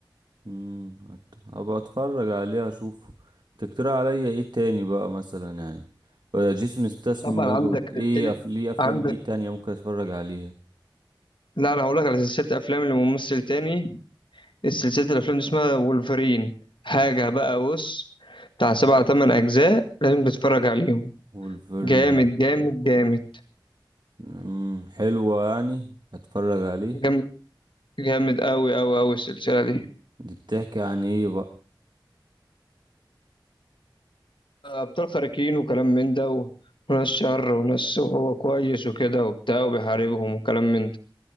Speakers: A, on the right; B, on the left.
A: امم ابقى اتفرج عليه اشوفه تقترح عليا ايه تاني بقى مثلا يعني ولا جيسون استسم
B: طبعا عندك
A: ايه
B: سلسلة
A: أف... ليه افلام
B: عندك
A: ايه تانية ممكن اتفرج عليها
B: لا انا هقول لك على سلسلة افلام لممثل تاني السلسلة الافلام دي اسمها وولفرين حاجة بقى بص بتاع سبعة تمن اجزاء لازم تتفرج عليهم
A: وولفرين
B: جامد جامد جامد
A: امم حلوة يعني اتفرج عليه
B: جامد جامد قوي قوي قوي السلسلة دي
A: دي بتحكي عن ايه بقى
B: ابطال خارقين وكلام من ده و... وناس شر وناس هو كويس وكده وبتاع وبيحاربهم وكلام من ده